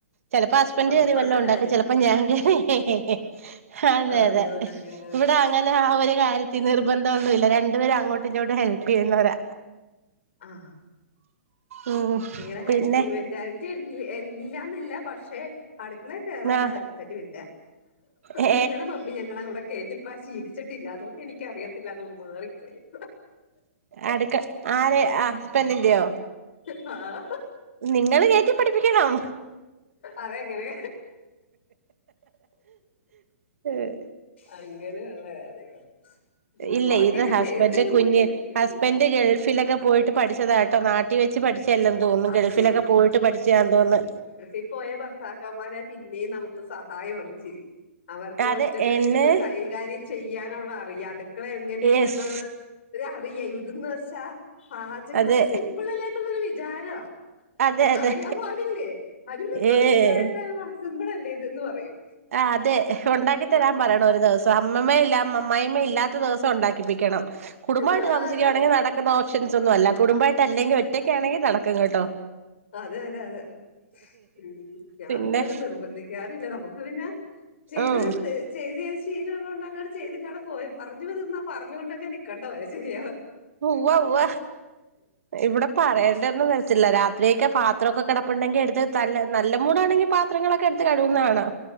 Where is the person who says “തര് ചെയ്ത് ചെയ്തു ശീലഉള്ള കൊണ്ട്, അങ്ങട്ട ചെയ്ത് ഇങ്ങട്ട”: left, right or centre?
Left